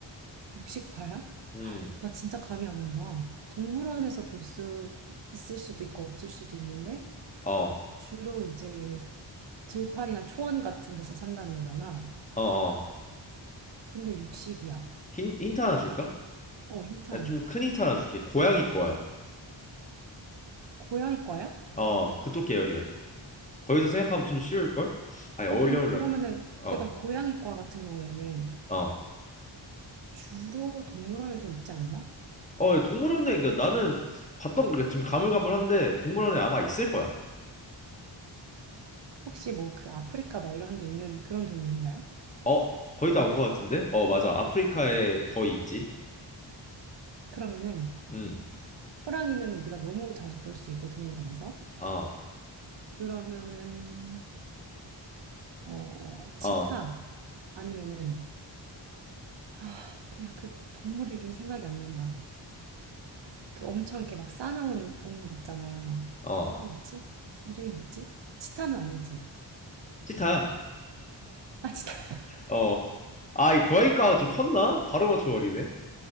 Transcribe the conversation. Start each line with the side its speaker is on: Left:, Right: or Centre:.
Right: 육식파야?
Left: 음,
Right: 나 진짜 감이 안 온다. 동물원에서 볼 수 있을 수도 있고 없을 수도 있는데
Left: 어,
Right: 주로 이제 들판이나 초원 같은 데서 산다는 거잖아.
Left: 어, 어.
Right: 근데 육식이야.
Left: 힌, 힌트 하나 줄까?
Right: 어, 힌트
Left: 야,
Right: 하나
Left: 좀
Right: 줘.
Left: 큰 힌트 하나 줄게. 고양이 거야.
Right: 고양이과야?
Left: 어, 그쪽 계열이야. 거기서 생각하면 좀 쉬울걸? 아니, 어울려,
Right: 어, 근데
Left: 어울려나?
Right: 그러면은
Left: 어,
Right: 약간 고양이과 같은 경우에는
Left: 어.
Right: 주로 동물원에 좀 있지 않나?
Left: 어, 동물원에, 그러니까 나는 봤던 거, 그러니까 지금 가물가물한데 동물원에 아마 있을 거야.
Right: 혹시 뭐 그 아프리카 막 이런 데 있는 그런 동물인가요?
Left: 어, 거의 다 온 거 같은데? 어, 맞아. 아프리카에 거의 있지.
Right: 그러면은
Left: 음,
Right: 호랑이는 우리가 너무 자주 볼 수 있고 동물원에서
Left: 어,
Right: 그러면은 어 치타
Left: 어.
Right: 아니면은 아 내가 그 동물 이름이 생각이 안 난다 그 엄청 이렇게 막 싸나운 동물 있잖아
Left: 어,
Right: 아 뭐지 이름이 뭐지 치타는 아니지
Left: 치타야.
Right: 아 치타 <laughs>
Left: 어, 아, 이 고양이과가 좀 컸나? 바로 맞춰버리네.